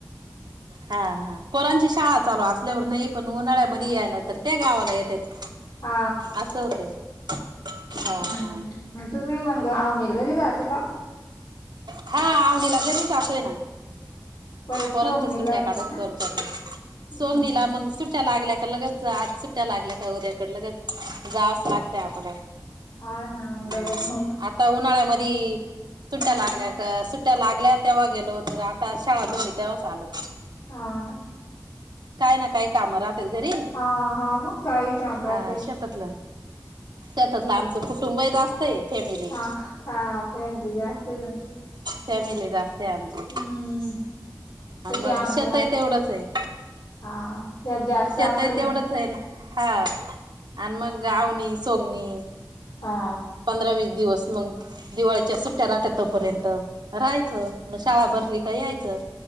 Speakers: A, on the right; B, on the left.
A: हा हा पोरांची शाळा चालू असल्यावर नाही पण उन्हाळ्यामध्ये यायला तर ते गावाला येतेत.
B: हा
A: अस होतय हा,
B: हम्म
A: हा
B: तुम्ही मंग अवनेल घरी जायचं का
A: हा अवनीला घरी जातोय ना
B: परत
A: पोरांच्या
B: सोंगणीला
A: सुट्ट्या
B: आहे
A: काढून
B: पण ना
A: दोन चार दिवस
B: हम्म
A: सोगनीला मग सुट सुट्ट्या लागल्या का लगेच आज सुट्ट्या लागल्या का उद्याकड लगेच जावच लागतय आपल्याला
B: हा ना
A: हम
B: डबल हो
A: आता उन्हाळ्यामदी सुट्ट्या
B: हम्म
A: लागल्या का सुट्ट्या लागल्या तेव्हा गेलो तर आता शाळा भरली तेव्हाच आलोत
B: हाव ना
A: काय ना काही कामं राहतात घरी
B: हा, हा मंग काही काम राहते
A: हा शेतातलं शेतातलं आमचं कुटुंबही जास्त आहे फॅमिली
B: हा, हा फॅमिली जास्त आहे तुमची
A: फॅमिली जास्तय आमची
B: हम्म
A: आणि
B: तशी
A: मग
B: आमची
A: शेत आहे तेवढंच आहे
B: हा त्यात जास्त
A: शेत
B: असेल
A: आहे तेवढंच
B: मग
A: आहे ना हा आणि मग आवणी, सोमनी
B: हा
A: पंधरा, वीस दिवस मग दिवाळीच्या सुट्ट्या राहत्यात तोपर्यंत राहायचं मग शाळा भरली का यायचं